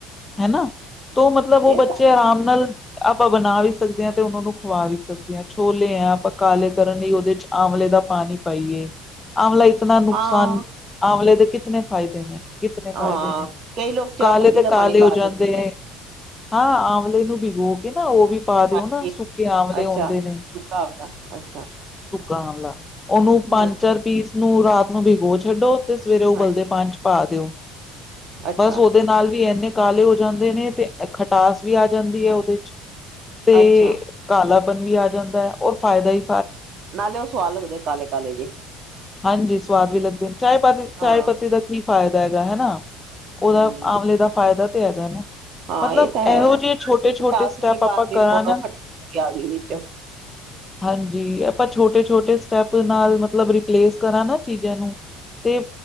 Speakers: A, on the left; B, on the right.
A: ਹੈਨਾ ਤੋ ਮਤਲਬ ਉਹ
B: ਇਹ
A: ਬੱਚੇ
B: ਤਾਂ
A: ਆਰਾਮ ਨਾਲ, ਆਪਾਂ ਬਣਾ ਵੀ ਸਕਦੇ ਹਾਂ ਤੇ ਉਹਨਾਂ ਨੂੰ ਖਵਾ ਵੀ ਸਕਦੇ ਹਾਂ ਛੋਲੇ ਆ ਆਪਾਂ ਕਾਲੇ ਕਰਨ ਲਈ ਉਹਦੇ ਚ ਆਂਵਲੇ ਦਾ ਪਾਣੀ ਪਾਈਏ ਆਂਵਲਾ ਕਿਤਨਾ ਨੁਕਸਾਨ
B: ਹਾਂ
A: ਆਵਲੇ ਦੇ ਕਿਤਨੇ ਫ਼ਾਇਦੇ ਨੇ ਕਿਤਨੇ
B: ਹਾਂ
A: ਫਾਇਦੇ ਨੇ
B: ਕਈ ਲੋਕ ਚਾਹ
A: ਕਾਲੇ
B: ਪੱਤੀ
A: ਤੇ
B: ਦਾ
A: ਕਾਲੇ
B: ਪਾਣੀ
A: ਹੋ
B: ਪਾ
A: ਜਾਂਦੇ
B: ਦਿੰਦੇ ਨੇ
A: ਹੈ ਹਾਂ ਆਵਲੇ ਨੂੰ ਵੀ ਔ ਕੇ ਉਹ ਵੀ ਪਾ ਦਿਓ
B: ਹਾਂਜੀ
A: ਨਾ ਸੁੱਕੇ ਆਵਲੇ
B: ਅੱਛਾ
A: ਆਉਂਦੇ ਨੇ
B: ਸੁੱਕਾ ਵਾਲਾ ਅੱਛਾ
A: ਆਮਲਾ ਉਹਨੂੰ
B: ਹੂੰ
A: ਪੰਜ ਚਾਰ ਪੀਸ ਨੂ ਰਾਤ ਨੂੰ ਭਿਗੋ ਛੱਡੋ ਤੇ ਸਵੇਰੇ ਉਬਲਦੇ
B: ਹਾਂ
A: ਪਾਣੀ ਚ ਪਾ ਦੋ ਤੇ ਔ
B: ਅੱਛਾ
A: ਬਸ ਉਹਦੇ ਨਾਲ ਵੀ ਇੰਨੇ ਕਾਲੇ ਹੋ ਜਾਂਦੇ ਨੇ ਤੇ ਖਟਾਸ ਵੀ ਆ ਜਾਂਦੀ ਹੈ ਉਹਦੇ ਚ ਤੇ
B: ਅੱਛਾ
A: ਤੇ ਕਾਲਾ ਵੀ ਆ ਜਾਂਦਾ ਹੈ ਔਰ ਫਾਇਦਾ ਵੀ
B: ਨਾਲੇ ਉਹ ਸੁਆਦ ਲੱਗਦੇ ਕਾਲੇ ਕਾਲੇ ਜੇ।
A: ਹਾਂਜੀ ਸਵਾਦ ਵੀ ਲੱਗਦੇ ਨੇ ਚਾਏ ਪਾਤੀ ਚਾਏ
B: ਹਾਂ
A: ਪੱਤੀ ਦਾ ਫ਼ਾਇਦਾ ਹੈਗਾ। ਹੈਨਾ। ਉਹਦਾ
B: ਹੂੰ
A: ਆਂਵਲੇ ਦਾ ਫਾਇਦਾ ਤੇ ਹੈਗਾ ਨਾ।
B: ਹਾਂ
A: ਮਤਲਬ
B: ਇਹ ਤਾਂ ਹੈ
A: ਇਹੋ ਜਿਹੇ ਛੋਟੇ
B: ਮਿਠਾਸ
A: ਛੋਟੇ ਸਟੈਪ
B: ਵੀ ਨੀ ਪਾਉਣ
A: ਆਪਾਂ
B: ਦੀ
A: ਕਰਾਂ
B: ਲੋੜ
A: ਨਾ
B: ਉਹ ਖੱਟੀ ਆ ਗਈ
A: <inaudible>
B: ਵਿੱਚ
A: ਹਾਂਜੀ ਆਪਾਂ ਛੋਟੇ ਛੋਟੇ ਛੋਟੇ ਸਟੈਪ ਨਾਲ ਮਤਲਬ ਰਿਪਲੇਸ ਕਰਾਂ ਨਾ ਚੀਜ਼ਾਂ ਨੂੰ, ਤੇ